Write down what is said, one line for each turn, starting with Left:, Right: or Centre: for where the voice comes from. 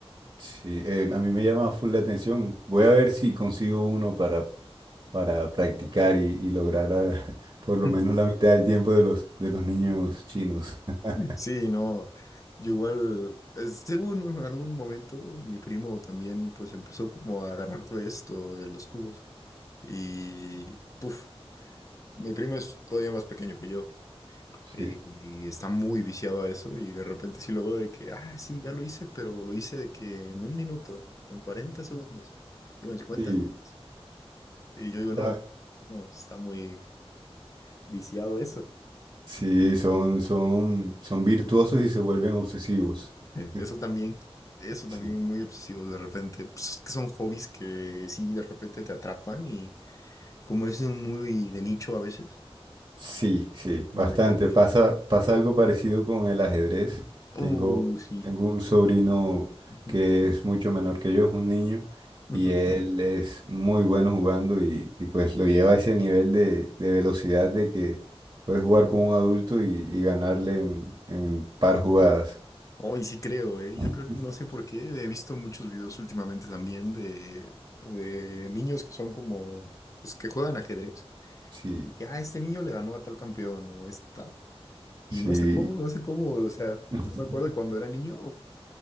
Right: Sí, eh, a mí me llama full la atención. Voy a ver si consigo uno para, para practicar y, y lograr a- <laughs> por
Left: <laughs>
Right: lo menos la mitad del tiempo de los, de los niños chinos. <laughs>
Left: Sí, no, yo igual, es- según en algún momento, mi primo también pues empezó como a agarrar de esto, de los cubos, y puf, mi primo es todavía más pequeño que yo,
Right: Sí,
Left: y, y está muy viciado a eso, y de repente sí lo veo de que, ah, sí, ya lo hice, pero lo hice de que en un minuto, o en 40 segundos, digo, en cincuenta
Right: sí,
Left: segundos, y yo digo, no,
Right: ah,
Left: no, está muy viciado eso.
Right: sí, son, son, son virtuosos y se vuelven obsesivos. <laughs>
Left: Eso también, eso
Right: Sí.
Left: también muy obsesivo de repente. Pues es que son hobbies que sí, de repente te atrapan y como es un muy de nicho a veces,
Right: Sí, sí,
Left: es como
Right: bastante.
Left: de que,
Right: Pasa, pasa algo parecido con el ajedrez.
Left: uh,
Right: Tengo,
Left: sí.
Right: tengo un sobrino
Left: <laughs>
Right: que es mucho menor que yo, es un niño,
Left: Ujú.
Right: y él es muy bueno jugando y, y pues lo lleva a ese nivel de, de velocidad de que puedes jugar con un adulto y, y ganarle en, en par jugadas.
Left: Oh, y sí creo, eh.
Right: <laughs>
Left: Yo creo, no sé por qué, he visto muchos videos últimamente también de, de niños que son como, pues que juegan ajedrez.
Right: Sí,
Left: De que, ah, este niño le ganó a tal campeón o esta. Y
Right: sí.
Left: no sé cómo, no sé cómo, o sea,
Right: <laughs>
Left: yo me acuerdo de cuando era niño,